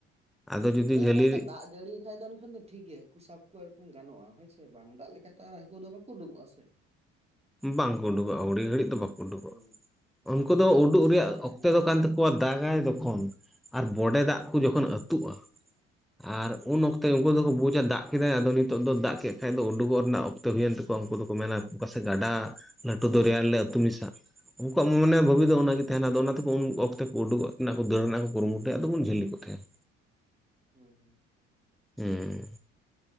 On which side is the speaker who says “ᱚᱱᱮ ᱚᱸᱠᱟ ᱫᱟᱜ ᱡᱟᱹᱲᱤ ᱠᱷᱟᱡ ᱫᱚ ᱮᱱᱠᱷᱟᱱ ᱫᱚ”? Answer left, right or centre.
Right